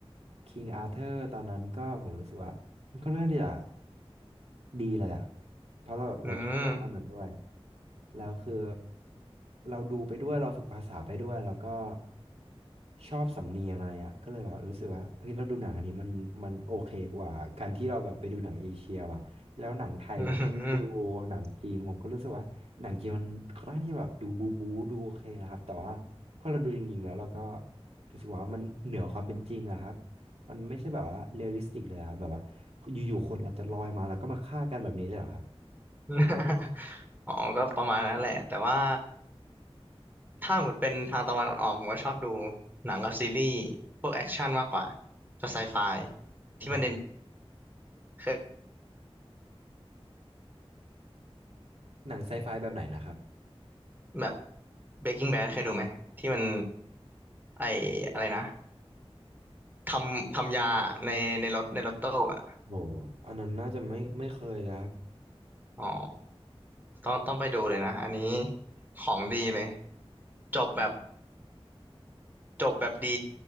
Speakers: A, on the right (about 85°); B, on the right (about 20°).
A: คิงอาเธอร์ตอนนั้นก็ผมรู้สึกว่ามันค่อนข้างที่จะ ดีเลยอ่ะเพราะเราแบบเราชอบมากมันด้วย
B: อืม
A: แล้วคือเราดูไปด้วยเราฝึกภาษาไปด้วยแล้วก็ชอบสำเนียงอะไรอ่ะก็เลยแบบรู้สึกว่าเฮ้ยเราดูหนังอันนี้มันมันโอเคกว่าการที่เราแบบไปดูหนังเอเชียว่ะแล้วหนังไทยผมก็ดู
B: อืม <laughs>
A: หนังจีนผมก็รู้สึกว่าหนังจีนมันค่อนข้างที่จะแบบดูบูบูดูโอเคนะครับแต่ว่าพอเราดูจริงๆแล้วเราก็รู้สึกว่ามันเหนือความเป็นจริงอะครับมันไม่ใช่แบบว่าเรียลลิสติกเลยอะครับแบบว่า อยู่ๆคนเราจะลอยมาแล้วก็มาฆ่ากันแบบนี้เลยเหรอครับ
B: <laughs> อ๋อ ก็ประมาณนั้นแหละ แต่ว่าถ้าหมดเป็นทางตะวันออกผมก็ชอบดูหนังกับซีรีส์พวกแอคชั่นมากกว่าจะไซไฟที่มันเด่น
A: อ่า
B: เคย
A: หนังไซไฟแบบไหนนะครับ
B: แบบเบรกกิ้งแบดเคยดูไหมที่มันไออะไรนะทำทำยาในในรถในรถตู้อ่ะ
A: โอ้อันนั้นน่าจะไม่ไม่เคยเลยครับ
B: อ๋อต้องต้องไปดูเลยนะอันนี้ของดีเลยจบแบบจบแบบดี